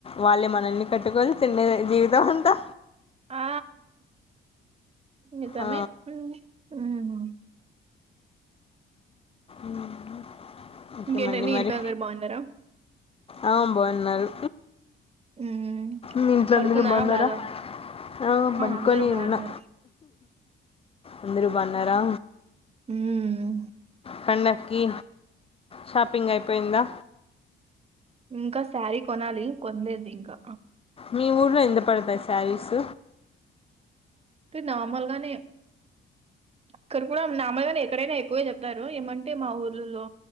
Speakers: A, on the left; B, on the right.
A: వాళ్ళే మనల్ని కట్టుకొని <unintelligible> జీవితమంతా
B: ఆ నిజమే
A: ఆ,
B: మ్మ్
A: మ్మ్
B: ఇంకేంటండి
A: కేమండి మరి
B: ఇంట్లో అందరు బాగున్నారా
A: ఆ బాగున్నారు
B: హ్మ్
A: మీ ఇంట్లో
B: పడుకున్నారా
A: అందరు బాగున్నారా
B: బాగా
A: ఆ పనుకొని
B: అందరూ బాగున్నారు
A: ఉన్నా అందరూ బాన్నారా
B: మ్మ్
A: పండక్కి షాపింగ్ అయిపోయిందా
B: ఇంకా శారీ కొనాలి కొనలేదు ఇంకా
A: మీ ఊర్లో ఎంత పడతాయి శారీస్
B: తే నార్మల్గానే అక్కడ కూడా నార్మల్గానే ఎక్కడైనా ఎక్కువే చెప్తారు ఏమంటే మా ఊర్లలో